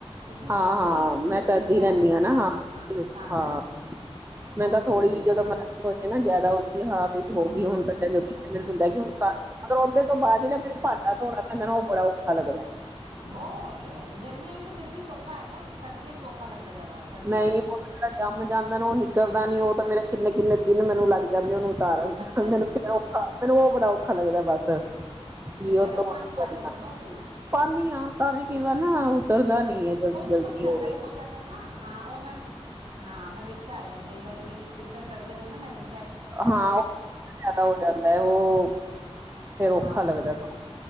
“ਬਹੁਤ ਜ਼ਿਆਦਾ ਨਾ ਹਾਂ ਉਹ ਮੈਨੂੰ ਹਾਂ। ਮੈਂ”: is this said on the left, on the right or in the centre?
Right